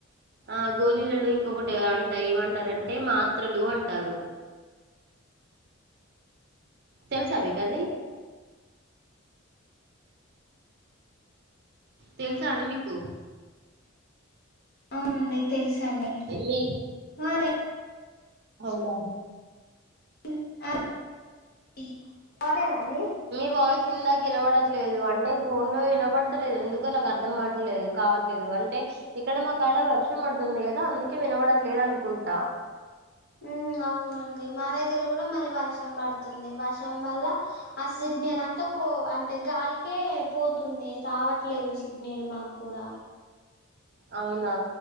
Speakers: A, on the right; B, on the left.
A: ఆ గోలీలను ఇంకొకటి అంట ఏమంటారంటే మాత్రలు అంటారు తెలుసా మీకది తెలుసా అండి మీకు
B: అవునండి తెలుసండి
A: మీ
B: ఆ దట్
A: అవునా
B: ఉ అ యి కోరేదా అండి
A: మీ వాయిస్ ఇందాకినబడట్లేదు. అంటే ఫోన్ లో ఇనబడతలేద్ ఎందుకో నాకర్థంఆట్లేదు కా లేదు అంటే ఇక్కడ మాకాడ వర్షం బడుతుంది కదా అందుకే వినబడట్లేదనుకుంటా.
B: ఊమ్ అవునండి మా దగ్గర గూడా మళ్ళీ వర్షం బడుతుంది వర్షం వల్ల ఆ సిగ్నల్ అంతా కో అంటే గాలికే పోతుంది రావట్లేదు సిగ్నల్ మాగ్గూడా
A: అవునా